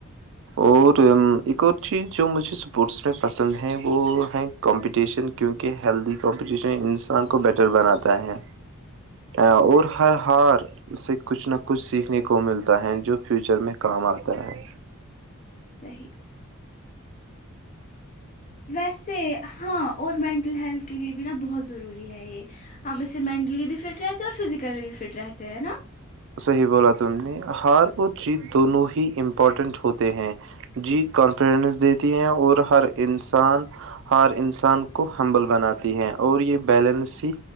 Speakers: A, on the right; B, on the left.
A: اور ایک اور چیز جو مجھے اسپورٹس میں پسند ہے وہ ہے کمپٹیشن کیونکہ ہیلدی کمپٹیشن انسان کو بیٹر بناتا ہے اور ہر ہار سے کچھ نہ کچھ سیکھنے کو ملتا ہے جو فیوچر میں کام آتا ہے
B: صحی ویسے ہاں اور مینٹل ہیلتھ کے لیے بھی نا بہت ضروری ہے یہ ہم اس سے مینٹلی بھی فٹ رہتے ہیں اور فزیکلی بھی فٹ رہتے ہیں نا
A: صحیح بولا تم نے ہار اور جیت دونوں ہی امپورٹنٹ ہوتے ہیں جیت کانفیڈنس دیتی ہے اور ہر انسان ہر انسان کو ہمبل بناتی ہے اور یہ بیلنس ہی